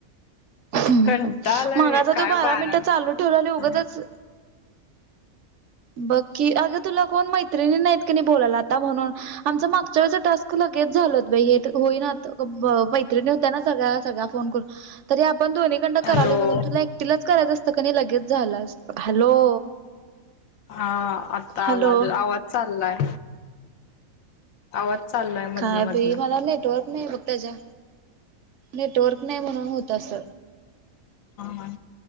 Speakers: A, on the right; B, on the left.
A: हम्म
B: कंटाळा आलाय
A: मगाचा
B: काय
A: तो बारा मिनिट
B: मिनिटं
A: चालू
B: होत
A: ठेवला आणि उगाचच.
B: नाहीत.
A: बघकी अग तुला कोण मैत्रिणी नाहीत कणी बोलायला आता म्हणून आमच मागच्या वेळचा टास्क लगेच झालेत हे होईनात मैत्रिणी होत्या ना सगळ्या सळ्या फोन करून तरी आप पण दोन्ही कंडं करालोय
B: हॅलो
A: म्हणून तुला एकटीलाच करायचं असतं का नाही लगेच झालं असत, हॅलो.
B: हा आता
A: हॅलो
B: आला ग आवाज चाललाय आवाज चाललाय मधन
A: काय
B: मधन
A: ब
B: हा
A: मला नेटवर्क नाही बघ त्याच्या नेटवर्क नाही म्हणून होत अस.
B: हा